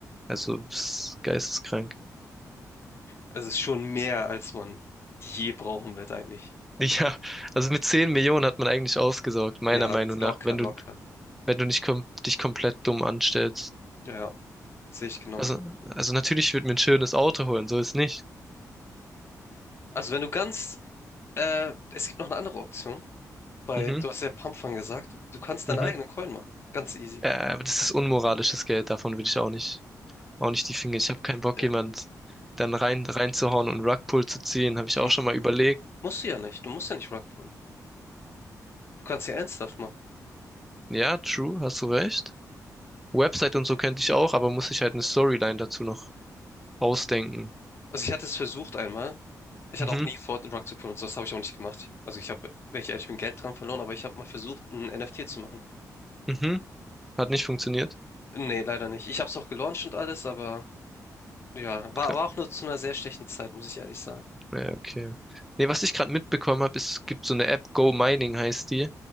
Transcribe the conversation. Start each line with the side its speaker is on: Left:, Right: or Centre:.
Centre: Also, das geisteskrank. <laughs>
Left: Es ist schon mehr, als man je brauchen wird eigentlich.
Centre: Ja, also mit 10 Millionen hat man eigentlich ausgesorgt, meiner
Left: Ja,
Centre: Meinung nach,
Left: locker,
Centre: wenn
Left: locker.
Centre: du wenn du nicht kom dich komplett dumm anstellst.
Left: Ja, sehe ich genauso.
Centre: Also, also natürlich, ich würde mir ein schönes Auto holen, so ist nicht.
Left: Also wenn du ganz, äh, es gibt noch eine andere Option, weil
Centre: Mhm,
Left: du hast ja Pumpfang gesagt, du kannst
Centre: mhm.
Left: deinen eigenen Coin machen. Ganz easy.
Centre: Äh, aber das ist unmoralisches Geld, davon will ich auch nicht, auch nicht die Finger. Ich habe keinen Bock,
Left: Äh,
Centre: jemand dann rein, reinzuhauen und Rugpull zu ziehen, habe ich
Left: Du
Centre: auch schon mal überlegt.
Left: musst du ja nicht. Du musst ja nicht Rug pullen. Du kannst ja ernsthaft machen.
Centre: Ja, true, hast du recht. Website und so könnte ich auch, aber muss ich halt eine Storyline dazu noch ausdenken.
Left: Also ich hatte es versucht einmal. Ich
Centre: Mhm,
Left: hatte auch nie vor, den Rug zu pullen und so, das habe ich auch nicht gemacht. Also ich habe, wenn ich ehrlich bin, Geld dran verloren, aber ich habe mal versucht, ein NFT zu machen.
Centre: mhm. Hat nicht funktioniert.
Left: Nee, leider nicht. Ich habe es auch gelauncht und alles, aber ja, war,
Centre: Okay.
Left: war auch nur zu einer sehr schlechten Zeit, muss ich ehrlich sagen.
Centre: Ja, okay. Nee, was ich gerade mitbekommen habe, es gibt so eine App, Go Mining heißt die.